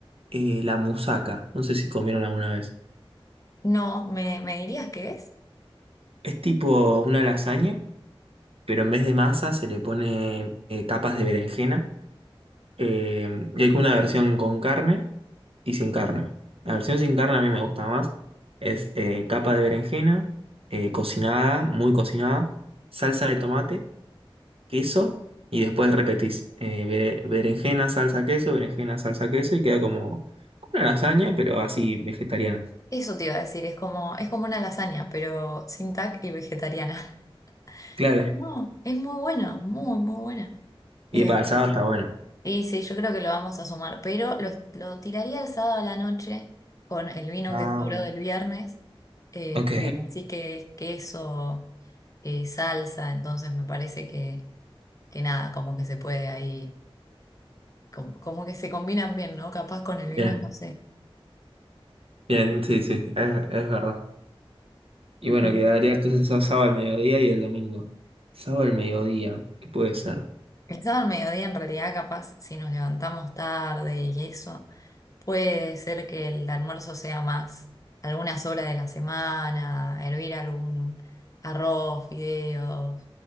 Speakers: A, on the right (about 70°); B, on the left (about 35°).
A: Eh, la musaca. No sé si comieron alguna vez.
B: No, ¿me, me dirías qué es?
A: Es tipo una lasaña, pero en vez de masa se le pone eh, capas de berenjena. Eh, y hay como una versión con carne y sin carne. La versión sin carne a mí me gusta más. Es eh, capa de berenjena, eh, cocinada, muy cocinada, salsa de tomate queso y después repetís eh, bere- berenjena, salsa, queso, berenjena, salsa, queso y queda como una lasaña, pero así vegetariana.
B: Eso te iba a decir, es como, es como una lasaña, pero sin tac y vegetariana. <laughs>
A: Claro.
B: No, es muy buena, muy, muy buena.
A: Y
B: Eh,
A: para el sábado está bueno.
B: y sí, yo creo que lo vamos a sumar, pero lo, lo tiraría el sábado a la noche con el vino
A: Ah,
B: que sobró
A: bueno.
B: del viernes, eh,
A: Ok,
B: porque me decís que es queso, eh, salsa, entonces me parece que, que nada, como que se puede ahí, como, como que se combinan bien, ¿no? Capaz con el vino,
A: bien,
B: no sé.
A: bien, sí, sí, es, es verdad. Y bueno,
B: Sí.
A: quedaría entonces el sábado al mediodía y el domingo. Sábado al mediodía, ¿qué puede ser?
B: El sábado al mediodía, en realidad, capaz, si nos levantamos tarde y eso, puede ser que el almuerzo sea más algunas horas de la semana, hervir algún arroz, fideos,